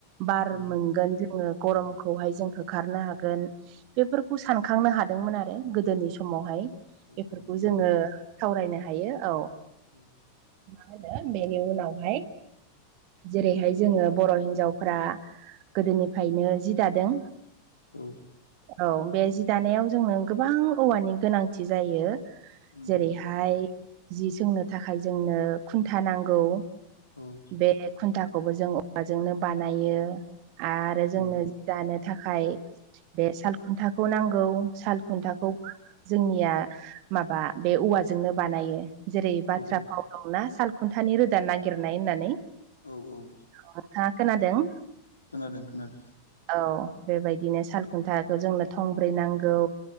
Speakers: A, on the right; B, on the left.
A: बार
B: औ
A: मोनगोन जोङो गरमखौहाय जों होखारनो हागोन। बेफोरखौ सानखांनो हादोंमोन आरो गोदोनि समावहाय
B: औ
A: बेफोरखौ
B: नंगौ
A: जोङो सावरायनो हायो औ
B: उम
A: मा होनो बेेनि उनावहाय जेरैहाय जोङो बर' हिनजावफोरा गोदोनिफ्रायनो जि दादों
B: औ
A: औ बे जि दानायाव जोंनो गोबां औवानि गोनांथि जायो
B: उम
A: जेरै हाय जि सोंनो थाखाय जोंनो खुन्था नांगौ।
B: ओम
A: बे खुन्थाखौबो जों औवाजोंनो बानायो आरो जोंनो
B: औ
A: जि जानो थाखाय बे साल खुन्थाखौ नांगौ साल खुन्थाखौ जोंनिया माबा बे औवाजोंनो बानायो जेरै
B: औ
A: बाथ्रा भाव दंना साल खुन्थानि रोदा नागिरनाय होननानै।
B: औ औ
A: अ नोंथाङा खोनादों?
B: खोनादों खोनादों
A: औ बेबायदिनो सालखुन्थाखौ जोंनो थंब्रै नांगौ।